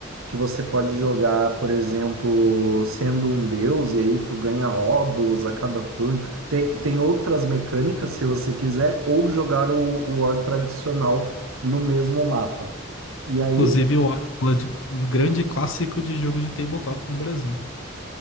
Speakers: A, on the right; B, on the left.
A: que você pode jogar, por exemplo, sendo um deus, e aí tu ganha óbulos a cada turno. Tem, tem outras mecânicas, se você quiser, ou jogar o, o War tradicional no mesmo mapa. E aí.
B: Inclusive, o Orange é um grande clássico de jogo de tabletop no Brasil.